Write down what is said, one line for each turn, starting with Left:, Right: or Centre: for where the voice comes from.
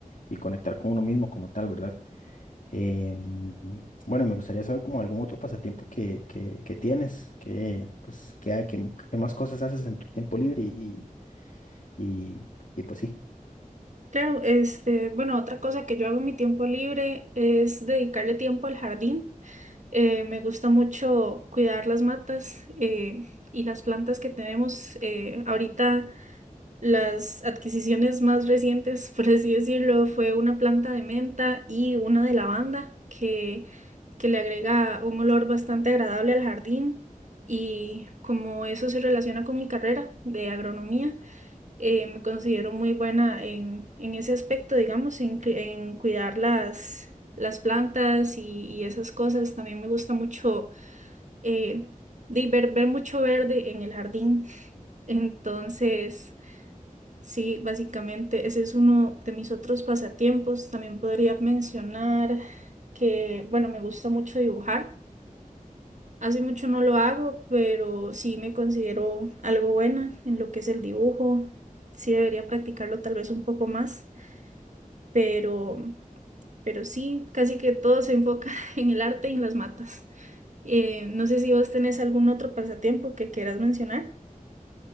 Left: y conectar con uno mismo como tal, ¿verdad? Eh, bueno, me gustaría saber como algún otro pasatiempo que, que, que tienes, que, pues, que, hay- que, que más cosas haces en tu tiempo libre y, y, y pues sí.
Right: Claro, este, bueno, otra cosa que yo hago en mi tiempo libre es dedicarle tiempo al jardín. Eh, me gusta mucho cuidar las matas eh, y las plantas que tenemos. Eh, ahorita Las adquisiciones más recientes, por así decirlo, fue una planta de menta y una de lavanda que, que le agrega un olor bastante agradable al jardín. Y como eso se relaciona con mi carrera de agronomía, eh, me considero muy buena en, en ese aspecto, digamos, en, cu- en cuidar las, las plantas y, y esas cosas. También me gusta mucho eh, de ver, ver mucho verde en el jardín. Entonces... Sí, básicamente ese es uno de mis otros pasatiempos. También podría mencionar que, bueno, me gusta mucho dibujar. Hace mucho no lo hago, pero sí me considero algo buena en lo que es el dibujo. Sí debería practicarlo tal vez un poco más, pero, pero sí, casi que todo se enfoca <laughs> en el arte y en las matas. Eh, no sé si vos tenés algún otro pasatiempo que quieras mencionar.